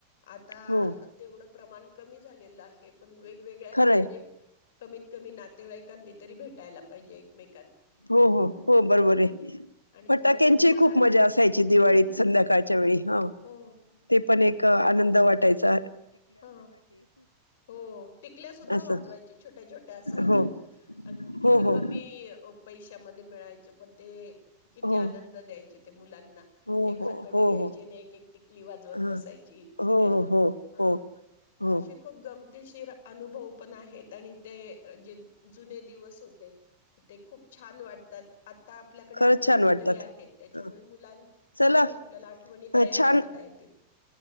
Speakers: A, on the left; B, on the left.
A: आता
B: हो
A: तेवढं प्रमाण कमी झालेलं आहे पण वेगवेगळ्या रीतीने
B: खरंय
A: कमीत कमी नातेवाईकांनी तरी भेटायला पाहिजे एकमेक
B: हो हो हो बरोबर आहे
A: आणि
B: फटाक्यांची
A: थोडे थोडे पदार्थ
B: खूप मजा असायची दिवाळीत संध्याकाळच्या वेळी ह
A: हो
B: ते पण एक आनंद वाट त्याचा
A: ह हो टिकल्या सुद्धा
B: असं
A: वाजवायच्या छोट्या छोट्या असायच्या
B: हो
A: किती
B: हो
A: कमी
B: हो
A: पैशे मध्ये मिळायचे पण ते किती
B: हो
A: आनंद द्यायचे ते मुलांना
B: हो
A: एक हातोडी
B: हो हो
A: घ्यायची
B: हो
A: आणि एक एक टिकली वाजवत
B: हा
A: बसायची
B: हो
A: आहे ना
B: हो हो
A: ह
B: हो हो
A: अ खूप ग गमतीशीर शीर अनुभव पण आहेत आणि ते जे जुने दिवस होते ते खूप छान वाटतात आता आपल्याकडे
B: खरंच
A: आठवणी
B: छान वाटतात
A: तरी आहेत त्याच्यामुळे
B: ह
A: मुलांसाठी
B: चला
A: आपल्याला आठवणी तयार
B: छान
A: करता येतील